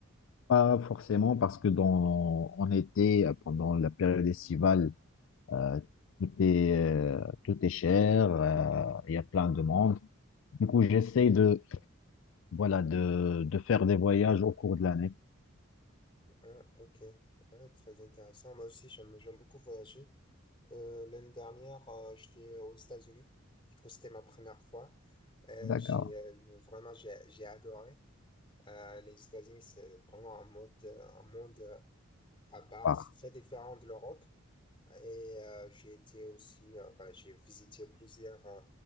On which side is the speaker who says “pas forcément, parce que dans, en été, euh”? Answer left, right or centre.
Left